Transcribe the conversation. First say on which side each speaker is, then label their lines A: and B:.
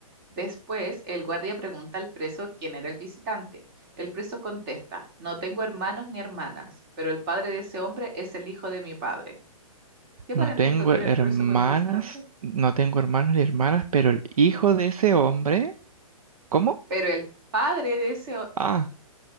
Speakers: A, on the right; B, on the right.
A: Después, el guardia pregunta al preso quién era el visitante. El preso contesta, no tengo hermanos ni hermanas, pero el padre de ese hombre es el hijo de mi padre. ¿Qué
B: No
A: parentesco
B: tengo
A: tiene
B: hermanas,
A: el preso con el visitante?
B: no tengo hermanos ni hermanas, pero el hijo de ese hombre, ¿cómo?
A: Pero el padre de ese, ho-
B: Ah,